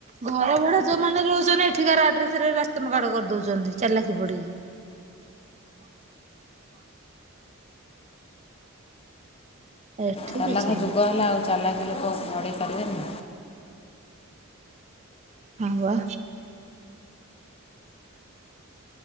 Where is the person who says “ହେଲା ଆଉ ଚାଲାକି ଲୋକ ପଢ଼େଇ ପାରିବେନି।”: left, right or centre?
Left